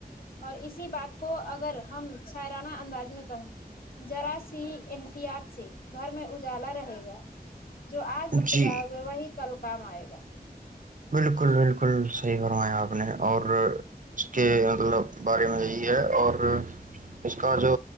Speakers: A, on the left; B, on the right.
A: اور اسی بات کو اگر ہم سع انداز میں کہیں جذرا سی احتیاط سے گھر میں اجالا رہے گا جو آج بچایا
B: جی
A: ہوئے وہی کل کام آئے گا
B: بالکل بالکل صحیح فرمایا آپ نے اور اس کے مطلب بارے میں یہی ہے اور اس کا جو